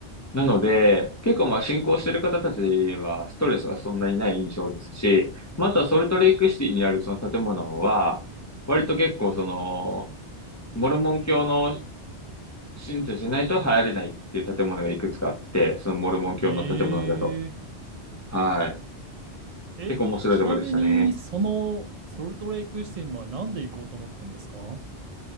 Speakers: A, on the left (about 20°); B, on the right (about 55°).
A: なので、結構まあ進行してる方たちはストレスがそんなにない印象ですし、またソルトレイクシティにあるその建物は、割と結構その、モルモン教の信者じゃないと入れないっていう建物がいくつかあって、そのモルモン教の建物だと。
B: へえ。
A: はい。
B: え、
A: 結構面白いところでしたね。
B: ちなみに、そのソルトレイクシティにはなんで行こうと思ったんですか